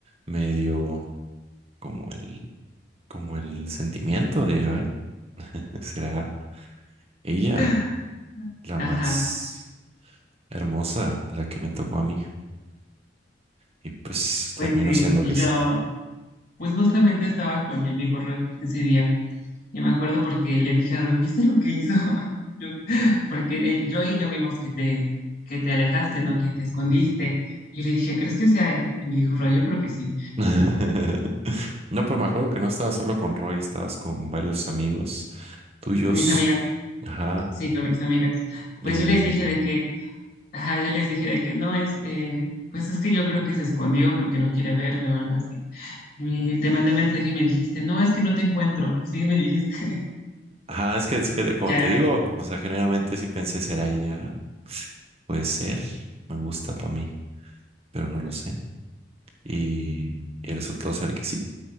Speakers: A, on the right; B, on the left.
A: me dio como el, como el sentimiento de, ay, <laughs> será ella
B: <laughs>
A: la
B: Ajá,
A: más hermosa, la que me tocó a mí, y pues
B: pues
A: terminó
B: sí,
A: siendo
B: y
A: que
B: yo,
A: sí.
B: pues justamente estaba con mi amigo Roy ese día. Yo me acuerdo porque le dije a Rui, ¿viste lo que hizo? <laughs> Yo- porque él, yo y yo vimos que te, que te alejaste, ¿no? Que te escondiste. Yo le dije, ¿crees que sea él? Y me dijo, Roy, yo creo que sí.
A: <laughs> No, pues me acuerdo que no estabas solo con Roy, estabas con varios amigos tuyos,
B: Con mis amigas,
A: ajá,
B: sí, con mis amigas. Pues
A: y
B: yo les dije de que, ajá, yo les dije de que no, este, pues es que yo creo que se escondió porque no quiere verme o algo así. Y me- te mandé mensaje y me dijiste, no, es que no te encuentro. <laughs> Así me dijiste, <laughs>
A: Ajá, es que, es que, como
B: ya,
A: te digo, o sea, generalmente si pensé, ¿será ella? Puede ser, me gusta para mí, pero no lo sé. Y, y resultó ser que sí,